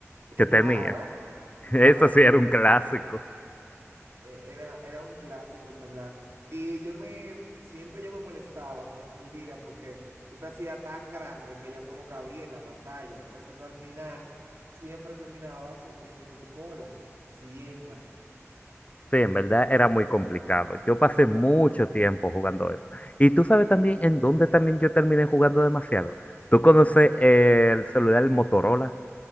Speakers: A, on the left; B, on the right.
A: que
B: claro,
A: tenía? <laughs> Eso
B: claro
A: sí
B: que
A: era
B: me acuerdo.
A: un clásico.
B: Eh, Era, era un clásico, en verdad. Y yo me, siempre yo me molestaba cuando perdía porque tú te hacías tan grande que ya tú no cabías en la pantalla. Entonces tú al final siempre terminabas comiéndote tu cola. Siempre.
A: Sí, en verdad era muy complicado. Yo pasé mucho tiempo jugando eso. Y tú sabes también en dónde también yo terminé jugando demasiado. ¿Tú conoces eh, el celular Motorola?